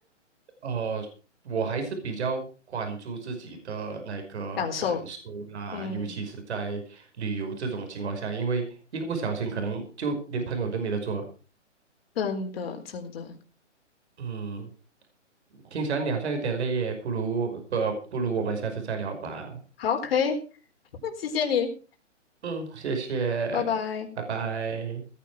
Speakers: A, on the right; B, on the left.
A: 呃，我还是比较关注自己的那个感受啦，
B: 感受。嗯，
A: 尤其是在旅游这种情况下，因为一个不小心可能就连朋友都没得做。
B: 真的真的，
A: 嗯，听起来你好像有点累耶，不如不不如我们下次再聊吧。
B: 好，可以，<laughs> 谢谢你，
A: 嗯，谢谢，
B: 拜拜。
A: 拜拜。